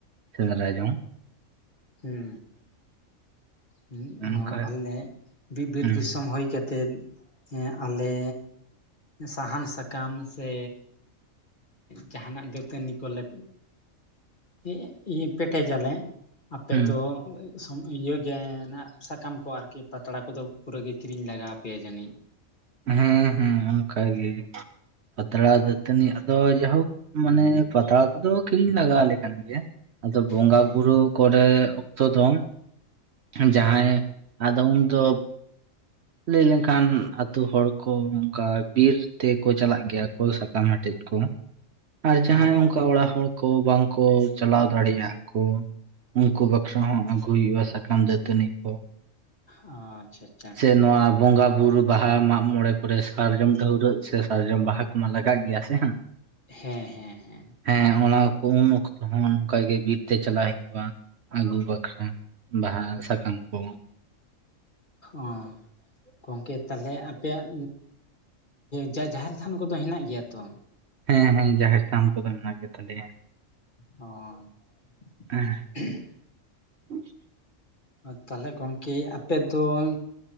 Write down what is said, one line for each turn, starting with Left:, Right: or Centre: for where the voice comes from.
Right: ᱥᱮᱸᱫᱽᱨᱟ ᱡᱚᱝᱼᱼ
Left: ᱦᱩᱸ ᱦᱩᱸ
Right: ᱚᱱᱠᱟ
Left: ᱱᱚᱣᱟ ᱟᱞᱮ ᱵᱤ ᱵᱤᱨ
Right: ᱦᱩᱸ
Left: ᱫᱤᱥᱚᱢ ᱦᱩᱭ ᱠᱟᱼᱼ ᱛᱮᱫ ᱟᱞᱮᱼᱼ ᱥᱟᱦᱟᱱ ᱥᱟᱠᱟᱢ ᱥᱮ ᱡᱟᱦᱟᱱᱟᱜ ᱫᱟᱹᱛᱟᱹᱱᱤ ᱠᱚ ᱞᱮᱼᱼ <unintelligible> ᱯᱮᱴᱮᱡᱟᱞᱮ ᱟᱯᱮ
Right: ᱦᱩᱸ
Left: ᱫᱚᱼᱼ <unintelligible> ᱥᱚᱢ ᱤᱭᱟᱹ ᱜᱮ ᱱᱟᱜ ᱥᱟᱠᱟᱢ ᱠᱚ ᱟᱨᱠᱤ ᱯᱟᱛᱲᱟ ᱠᱚᱫᱚ ᱯᱩᱨᱟᱹ ᱜᱮ ᱠᱤᱨᱤᱧ ᱞᱟᱜᱟᱣ ᱯᱮᱭᱟ ᱡᱟᱹᱱᱤᱡ
Right: ᱦᱮᱸ ᱦᱮᱸ ᱚᱝᱠᱟ ᱜᱮ ᱯᱟᱛᱲᱟ
Left: ᱟᱨ
Right: ᱫᱟᱹᱛᱟᱹᱱᱤᱼᱼ ᱟᱫᱚ ᱡᱟᱦᱳᱠ ᱢᱟᱱᱮ ᱯᱟᱛᱲᱟ ᱠᱚᱫᱚ ᱠᱤᱨᱤᱧ ᱞᱟᱜᱟᱣ ᱟᱞᱮ ᱠᱟᱱ ᱜᱮᱭᱟ ᱟᱫᱚ ᱵᱚᱸᱜᱟ
Left: ᱦᱮᱸ
Right: ᱵᱩᱨᱩᱼᱼ ᱠᱚ ᱨᱮ ᱚᱠᱛᱚ ᱫᱚ
Left: ᱦᱮᱸ
Right: ᱡᱟᱦᱟᱸᱭ ᱟᱫᱚ ᱩᱱ ᱫᱚᱼᱼ ᱞᱟᱹᱭ ᱞᱮᱱ ᱠᱷᱟᱱ ᱟᱛᱳ ᱦᱚᱲ ᱠᱚ ᱚᱝᱠᱟ ᱵᱤᱨ ᱛᱮ ᱠᱚ ᱪᱟᱞᱟᱜ ᱜᱮᱭᱟ ᱠᱚ ᱥᱟᱠᱟᱢ ᱦᱟᱴᱮᱡ ᱠᱚᱼᱼ ᱟᱨ ᱡᱟᱦᱟᱸᱭ
Left: ᱦᱚᱸ
Right: ᱚᱝᱠᱟ ᱚᱲᱟᱜ ᱦᱚᱲ ᱠᱚ ᱵᱟᱝ ᱠᱚ ᱪᱟᱞᱟᱣ ᱫᱟᱲᱮ ᱭᱟᱜ ᱠᱚ ᱩᱱᱠᱩ ᱵᱟᱠᱷᱨᱟ ᱦᱚᱸ ᱟᱹᱜᱩᱭ ᱦᱩᱭᱩᱜ-ᱟ ᱥᱟᱠᱟᱢ ᱫᱟᱹᱛᱟᱹᱱᱤ ᱠᱚ
Left: ᱟᱪᱪᱷᱟ ᱟᱪᱪᱷᱟ
Right: ᱥᱮ ᱱᱚᱣᱟ ᱵᱚᱸᱜᱟ ᱵᱩᱨᱩᱼᱼ ᱵᱟᱦᱟ ᱢᱟᱜ ᱢᱚᱬᱮ ᱠᱚ ᱨᱮ ᱥᱟᱨᱡᱚᱢ ᱰᱷᱟᱹᱣᱨᱟᱹᱜ ᱥᱮ ᱥᱟᱨᱡᱚᱢ ᱵᱟᱦᱟ ᱠᱚᱢᱟ ᱞᱟᱜᱟᱜ ᱜᱮᱭᱟ ᱥᱮ ᱦᱟᱸᱜᱼᱼ
Left: ᱦᱮᱸ ᱦᱮᱸ ᱦᱮᱸ
Right: ᱦᱮᱸ ᱚᱱᱟ ᱠᱚ ᱩᱱ ᱚᱠᱛᱚ ᱦᱚᱸ ᱱᱚᱝᱠᱟ ᱜᱮ ᱵᱤᱨ ᱛᱮ ᱪᱟᱞᱟᱜ ᱦᱩᱭᱩᱜ-ᱟ ᱟᱹᱜᱩ ᱵᱟᱠᱷᱨᱟ ᱵᱟᱦᱟ ᱥᱟᱠᱟᱢ ᱠᱚᱼᱼ
Left: ᱚ ᱜᱚᱝᱠᱮ ᱛᱟᱞᱦᱮ ᱟᱯᱮᱭᱟᱜ ᱡᱟ ᱡᱟᱦᱮᱨ ᱛᱷᱟᱱ ᱠᱚ ᱫᱚ ᱦᱮᱱᱟᱜ ᱜᱮᱭᱟ ᱛᱚᱼᱼ
Right: ᱦᱮᱸ ᱦᱮᱸ ᱡᱟᱦᱮᱨ ᱛᱷᱟᱱ ᱠᱚ ᱫᱚ ᱦᱮᱱᱟᱜ ᱜᱮᱛᱟ ᱞᱮᱭᱟ
Left: ᱚᱸᱻ
Right: <unintelligible>
Left: <unintelligible>
Right: <unintelligible>
Left: ᱛᱟᱦᱞᱮ ᱜᱚᱝᱠᱮ ᱟᱯᱮ ᱫᱚ <unintelligible>